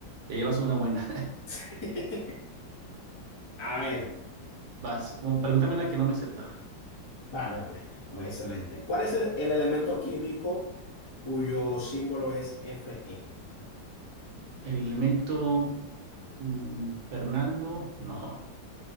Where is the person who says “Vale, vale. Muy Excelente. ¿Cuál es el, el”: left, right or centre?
Left